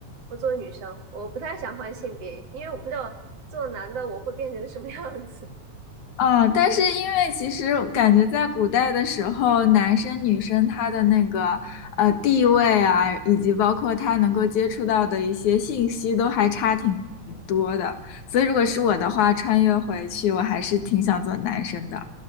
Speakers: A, on the right; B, on the left.
A: 我作为女生，我不太想换性别，因为我不知道做男的我会变成什么样子。
B: 嗯，但是因为其实感觉在古代的时候，男生女生他的那个呃地位啊，以及包括他能够接触到的一些信息，都还差挺多的。所以如果是我的话，穿越回去，我还是挺想做男生的。